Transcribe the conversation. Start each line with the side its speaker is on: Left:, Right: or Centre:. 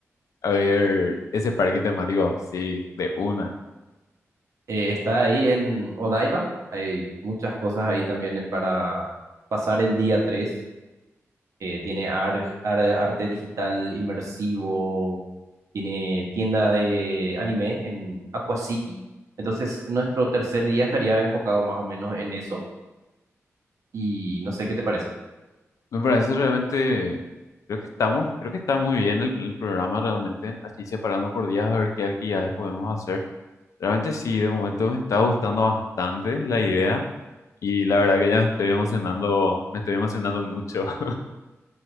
Left: a ver ese parque temático. Sí, de una.
Right: Eh, está ahí en Odaiba. Hay muchas cosas ahí también eh, para pasar el día tres Eh, tiene ar- ar- arte digital inmersivo tiene tienda de anime en Aqua City. Entonces, nuestro tercer día estaría enfocado más o menos en eso y no sé qué te parece.
Left: Me parece realmente, creo que estamos, creo que está muy bien el, el programa realmente, así separando por días a ver qué actividades podemos hacer. Realmente sí, de momento me está gustando bastante la idea y la verdad que ya me estoy emocionando, me estoy emocionando mucho. <laughs>